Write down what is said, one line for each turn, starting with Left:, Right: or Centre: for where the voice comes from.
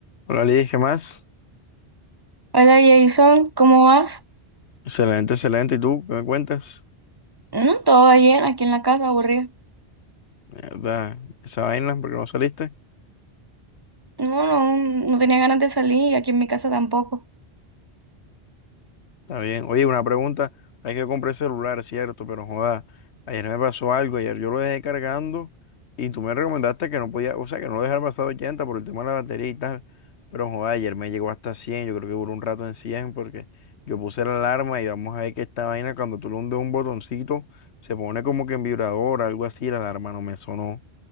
Left: Hola, Liz, ¿qué más?
Right: Hola Jason, ¿cómo vas?
Left: Excelente, excelente. ¿Y tú qué me cuentas?
Right: No, todo bien, aquí en la casa, aburrido.
Left: Mierda, esa vaina, porque no saliste?
Right: No, no, no tenía ganas de salir y aquí en mi casa tampoco.
Left: Está bien. Oye, una pregunta. Hay que comprar celular, cierto, pero joda, ayer me pasó algo. Ayer yo lo dejé cargando y tú me recomendaste que no podía, o sea, que no lo dejara pasar 80 por el tema de la batería y tal. Pero joda, ayer me llegó hasta 100. Yo creo que duró un rato en 100 porque yo puse la alarma y vamos a ver que esta vaina, cuando tú le hundes un botoncito, se pone como que en vibrador, algo así. La alarma no me sonó.